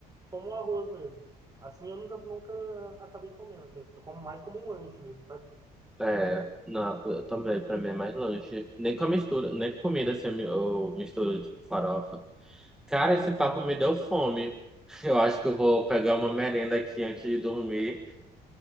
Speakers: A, on the right (about 20°); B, in the centre.
A: como arroz mesmo. Assim eu nunca, nunca acabei comendo, assim. Eu como mais como um lanche mesmo, sabe?
B: É, não, eu também, pra mim é mais lanche. Nem com a mistura, nem com comida assim, eu mi- eu misturo tipo farofa. Cara,
A: Uhum,
B: esse papo me deu fome. <laughs> Eu acho que eu vou pegar uma merenda aqui antes de dormir.